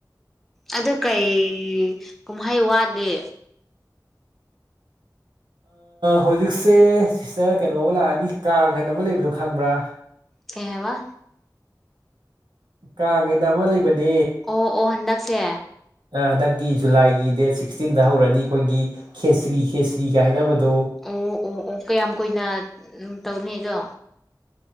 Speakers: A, in the centre; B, on the right (about 85°).
A: ꯑꯗꯨ ꯀꯩ ꯀꯨꯝꯍꯩ ꯋꯥꯠꯂꯤ
B: ꯍꯧꯖꯤꯛꯁꯦ ꯁꯤꯁꯇꯔ ꯀꯩꯅꯣ ꯑꯃ ꯂꯥꯛꯑꯅꯤ ꯀꯥꯡ ꯍꯥꯏꯅ ꯑꯃ ꯂꯩꯕꯗꯣ ꯈꯪꯕ꯭ꯔꯥ
A: ꯀꯩꯍꯥꯏꯕ
B: ꯀꯥꯡ ꯑꯅ ꯑꯃ ꯂꯩꯕꯅꯦ
A: ꯑꯣ ꯑꯣ ꯍꯟꯗꯛꯁꯦ
B: ꯍꯟꯗꯛꯀꯤ ꯖꯨꯂꯥꯏꯒꯤ ꯗꯦꯠ ꯁꯤꯛꯁꯇꯤꯟꯗ ꯍꯧꯔꯅꯤ ꯑꯩꯈꯣꯏꯒꯤ ꯈꯦꯁ꯭ꯔꯤ ꯈꯦꯁ꯭ꯔꯤ ꯀꯥꯏꯅꯕꯗꯣ
A: ꯑꯣ ꯑꯣ ꯑꯣ ꯀꯌꯥꯝ ꯀꯨꯏꯅ ꯇꯧꯅꯤ ꯑꯗꯣ